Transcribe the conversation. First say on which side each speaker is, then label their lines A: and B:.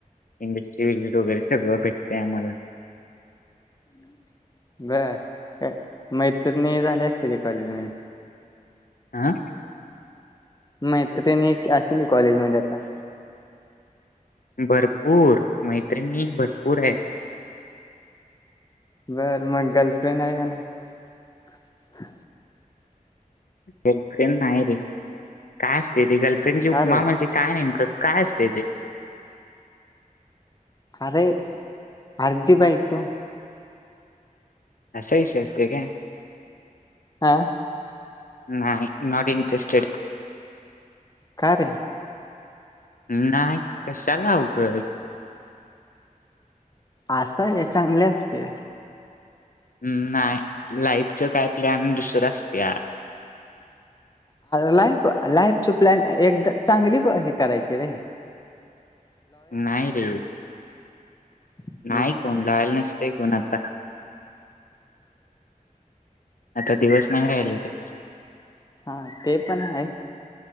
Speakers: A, on the left; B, on the left.
A: इंग्लिश्हलेज वगैरे सगळं अपेक्षा आमला
B: हम् ब मैत्रणी झाली असलेली कॉलेज मध्ये
A: आं
B: मह तर त्यांनी असली कॉलेज मध्ये आता
A: भरपूर मैत्रिणी भरपूर आहेत
B: बर मग गर्लफ्रेंड आहे का नाही
A: गर्लफ्रेंड नाही रे काय असते रे गर्लफ्रेंडची
B: का
A: उपमा
B: रे
A: म्हणे काय नेमकं काय असते तेे
B: अरे आरदी बाईक
A: अस विश असते का
B: हा
A: नाही नॉट इनटरेस्टेड
B: काे
A: नाही कशालावगच
B: असा आहे चांगले असते
A: हम् नाही लाईफच काय प्लॅन दुसरं असते
B: लाईफ लाईफच प्लॅन एकदा चांगली हे करायची रे <unintelligible>
A: नाही रे
B: हम्म
A: नाही कोण राहायला नसतय कोण आता आता दिवस नाही राहिले ते
B: हा ते पण आहे